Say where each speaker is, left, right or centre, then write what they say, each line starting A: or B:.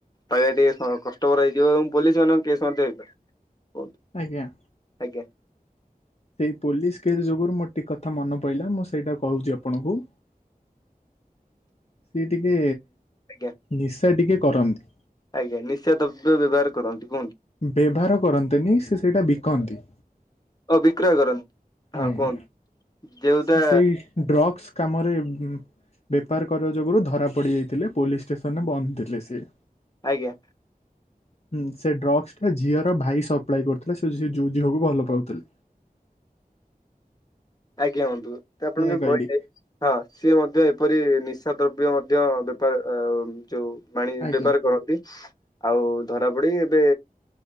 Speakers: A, on the left; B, on the left.
A: ପାଇବା ଟିକେ କଷ୍ଟକର ହେଇଯିବ ଏବଂ ପୋଲିସ ମାନଙ୍କ କେସ୍ ମଧ୍ୟ ହେଇପାରେ। କୁହନ୍ତୁ।
B: ଆଜ୍ଞା।
A: ଆଜ୍ଞା।
B: ସେଇ ପୋଲିସ କେସ୍ ଯୋଗୁରୁ ମୋର ଟିକେ କଥା ମନେ ପଇିଲଲା ମୁଁ ସେଇଟା କହୁଛି ଆପଣଙ୍କୁ। ସିଏ ଟିକେ
A: ଆଜ୍ଞା
B: ନିଶା ଟିକେ କରନ୍ତି।
A: ଆଜ୍ଞା ନିଶା ଦ୍ରବ୍ୟ ବ୍ୟବହାର କରନ୍ତି କୁହନ୍ତୁ।
B: ବେଭାର କରନ୍ତିନି ସେ ସେଇଟା ବିକନ୍ତି।
A: ଓବିକ୍ରୟ କରନ୍ତି। ହଁ
B: ଆଜ୍ଞା
A: କୁହନ୍ତୁ ଯେଉଟା
B: ସିଏ ସେଇ ଡ୍ରଗ୍ସ କାମରେ। ବେପାର କରିବା ଯୋଗୁରୁ ଧରା ପଡି ଯାଇଥିଲେ ପୋଲିସ ଷ୍ଟେସନରେ ବନ୍ଦ ଥିଲେ ସିଏ।
A: ଆଜ୍ଞା।
B: ହୁଁ ସେ ଡ୍ରଗ୍ସ ଟା ଝିଅର ଭାଇ ସପ୍ଲାଏ କରୁଥିଲେ ସେ ଯୋଉ ଝିଅକୁ ଭଲ ପାଉଥିଲେ।
A: ଆଜ୍ଞା ବନ୍ଧୁ ତ ଆପଣ
B: ସେଇଆ
A: ଯୋଉ
B: କହିଲି
A: କହିଲେ। ହଁ ସିଏ ମଧ୍ୟ ଏପରି ନିଶା ଦ୍ରବ୍ୟ ମଧ୍ୟ ବେପାର ଅ। ଯୋଉ ଆଣି
B: ଆଜ୍ଞା
A: ବେପାର କରନ୍ତି ଆଉ ଧରା ପଡି ଏବେ।